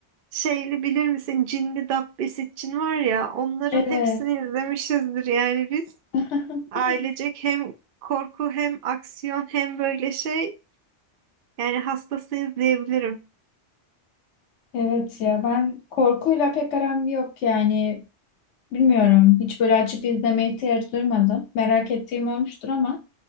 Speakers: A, on the right (about 60°); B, on the left (about 75°).
A: şeyli bilir misin? Cinli Dabbesi Cin var ya onların
B: Evet.
A: hepsini izlemişizdir yani biz.
B: <laughs>
A: Ailecek hem korku hem aksiyon hem böyle şey. Yani hastasıyız diyebilirim.
B: Evet ya ben korkuyla pek aram yok yani bilmiyorum hiç böyle açıp izlemeye ihtiyaç duymadım. Merak ettiğim olmuştur ama